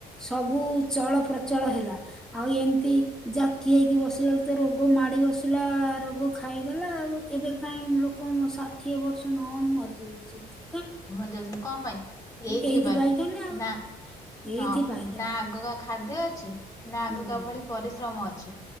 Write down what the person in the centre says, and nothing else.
ସବୁ ଚଳପ୍ରଚଳ ହେଲା। ଆଉ ଏମତି ଜାକି ହେଇକି ବସିଲାଠୁ ତ ରୋଗ ମାଡି ବସିଲା, ରୋଗ ଖାଇଗଲା ଆଉ ଏବେ କାଇ ଉଁ ଲୋକ ଷାଠିଏ ବର୍ଷ ନହଉଣୁ ମରି ଯାଉଚନ୍ତି।
ଏଇଥିପାଇଁକା ଆଉ
ଏଇଥିପାଇଁକା
ହୁଁ